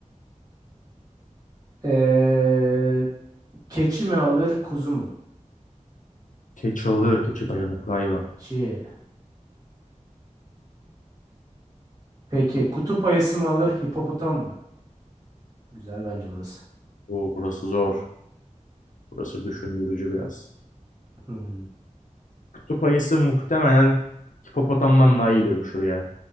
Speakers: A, on the right (about 30°); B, on the left (about 80°).
A: Ee, keçi mi alır? Kuzu mu?
B: Keçi alır. Keçi dayanıklı hayvan.
A: Şey. Peki kutup ayısı mı alır? Hipopotam mı? Güzel bence burası.
B: Oo, burası zor. Burası düşündürücü biraz.
A: Hmm.
B: Kutup ayısı muhtemelen hipopotamdan daha iyi dövüşür ya.